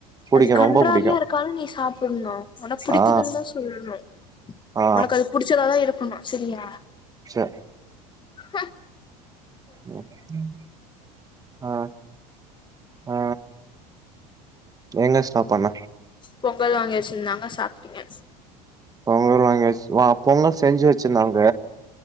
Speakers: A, on the right (about 20°); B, on the left (about 25°).
A: புடிக்கு
B: அது கன்றாவியா
A: ரொம்ப புடிக்கு
B: இருக்காலு நீ சாப்புண்ணு ஒனக் புடிக்குதுன்தா
A: ஆ
B: சொல்ணு
A: ஆ
B: ஒனக் அது புடிச்சதாதா இருக்கனு செரியா
A: செ
B: ஹ
A: ம் ம் அ ஆ எங்க ஸ்டாப் பண்ண
B: பொங்கல் வாங்கி வச்சிர்ந்தாங்க சாப்ட்டீங்க
A: அவ்ங்க வேற வாங்கி வஸ்ருவா பொங்கல் செஞ்சு வச்சிர்ந்தாங்க